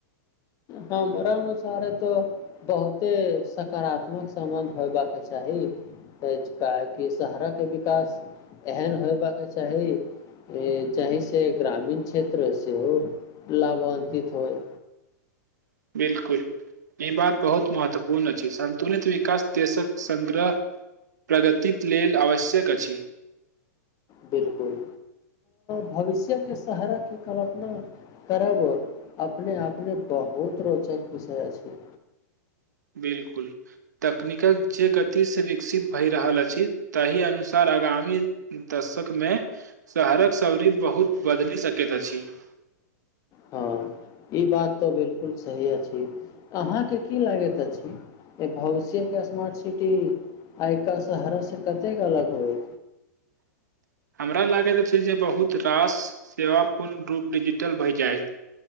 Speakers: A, on the left; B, on the right.
A: हमरा अनुसारे तो बहुते सकारात्मक संबंध होयबाक चाही का हाकि शहर के विकास एहन होयबक के चाही चहि से ग्रामीण क्षेत्र सेहो लाभान्वित होइ
B: <inaudible> बिलकुल ई बात बहुत महत्वपूर्ण अछि संन्तुलित विकास देशक संग्रह प्रगति कऽ लेल आवश्यक अछि
A: बिलकुल भविष्य के सहारा कऽ कल्पना करब अपने अपने बहुत रोचक विषय अछि
B: <inaudible> बिल्कुल तकनीकक जे गति सँ विकसित भए रहल अछि ताहि अनुसार आगामी दशक मे शहरक सरी बहुत बदलि सकैत अछी <inaudible>
A: हँ ई बात तऽ बिलकुल सही अछि अहाँ के की लागैत अछि भविष्य के स्मार्ट सिटी आयका शहर से कतेक अलग होय
B: <inaudible> हमरा लागैत अछि जे बहुत रास सेवा पूर्ण रूप डिजिटल भए जाय